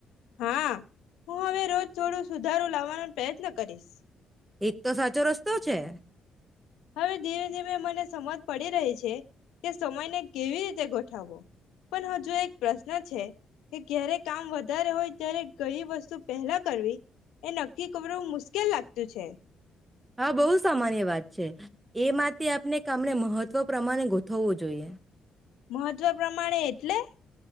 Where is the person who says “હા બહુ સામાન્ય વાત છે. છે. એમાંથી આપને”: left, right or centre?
Right